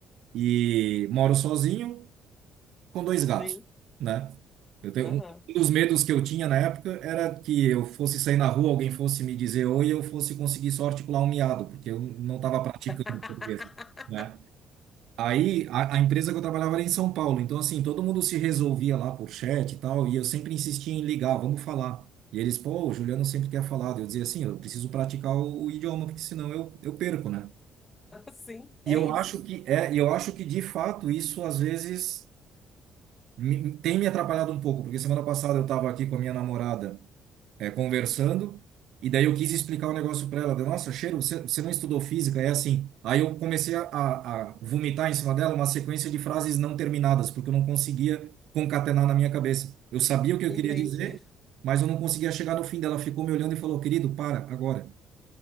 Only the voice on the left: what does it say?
Sim.
Aham.
<laughs>
Sim, é
isso.
Entendi.